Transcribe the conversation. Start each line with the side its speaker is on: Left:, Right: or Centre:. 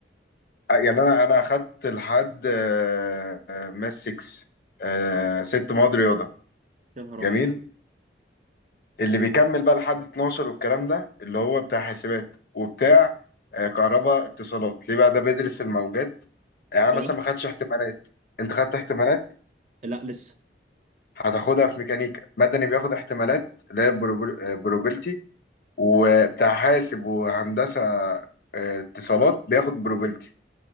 Left: آه، يعني انا انا اخدت لحد آه، آه، ماس 6 آه، ست مواد رياضه
Right: يا نهار
Left: جميل
Right: ابيض
Left: اللي بيكمل بقى لحد 12 والكلام ده اللي هو بتاع حاسبات وبتاع آه، كهرباء اتصالات ليه بقى ده بيدرس الموجات يعني أنا
Right: ايوه
Left: مثلا ما خدتش احتمالات انت خدت احتمالات
Right: لا لسه
Left: هتاخدها في ميكانيكا مدني بياخد احتمالات اللي هي بروبل- آه، بروبلتي وبتاع حاسب وهندسة آه، اتصالات بياخد بروبلتي